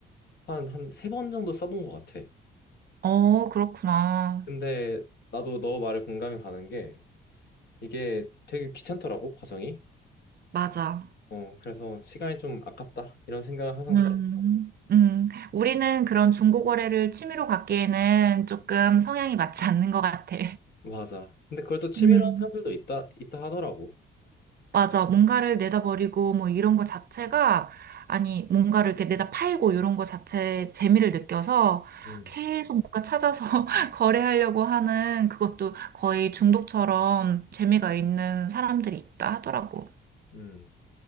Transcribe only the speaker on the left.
한, 한 세 번 정도 써본 것 같아.
근데 나도 너 말에 공감이 가는 게 이게 되게 귀찮더라고, 과정이.
어, 그래서 시간이 좀 아깝다. 이런 생각을 항상
들었어.
맞아. 근데 그걸 또 취미로
하는 사람들도 있다, 있다 하더라고.
음,
음.